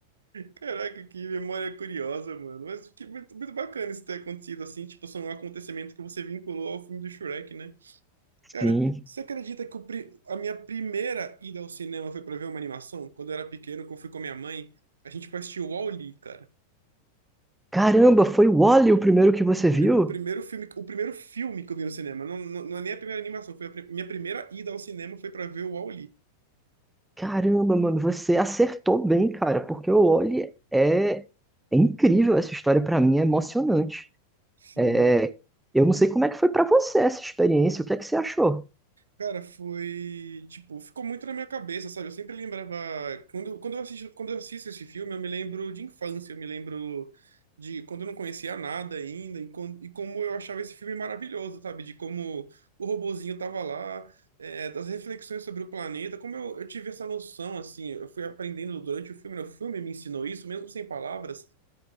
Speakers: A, on the right; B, in the centre.
A: Caraca, que memória curiosa, mano. Mas que muito, muito bacana isso ter acontecido assim. Tipo, são um acontecimento que você vinculou ao filme do Shrek, né? Cara,
B: Sim.
A: você acredita que o pri- a minha primeira ida ao cinema foi pra ver uma animação? Quando eu era pequeno, que eu fui com a minha mãe, a gente foi assistir o Wall-E, cara.
B: Caramba, foi o Wall-E o primeiro que você viu?
A: Pri- O primeiro filme, o primeiro filme que eu vi no cinema, não, não, não é nem a primeira animação, foi a pri- minha primeira ida ao cinema foi pra ver o Wall-E.
B: Caramba, mano, você acertou bem, cara, porque o Oli é, é incrível essa história pra mim, é emocionante.
A: Sim.
B: É, Eu não sei como é que foi pra você essa experiência, o que é que você achou?
A: Cara, foi, tipo, ficou muito na minha cabeça, sabe? Eu sempre lembrava, quando, quando eu assisto, quando eu assisto esse filme, eu me lembro de infância, eu me lembro de quando eu não conhecia nada ainda e, com, e como eu achava esse filme maravilhoso, sabe? De como o robozinho tava lá, é, das reflexões sobre o planeta, como eu, eu tive essa noção, assim, eu fui aprendendo durante o filme, né? O filme me ensinou isso, mesmo sem palavras,